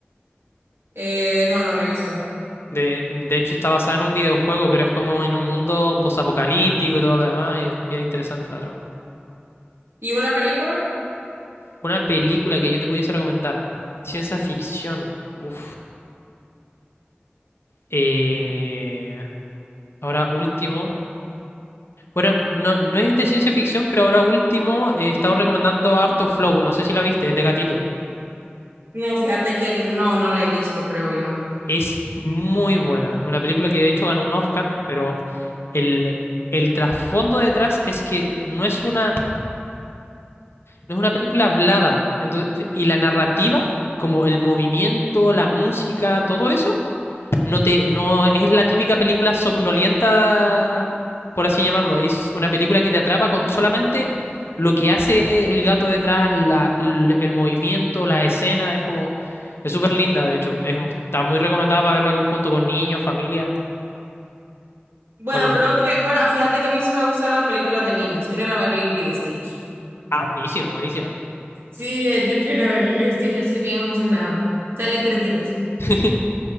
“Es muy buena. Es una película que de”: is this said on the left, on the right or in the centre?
Left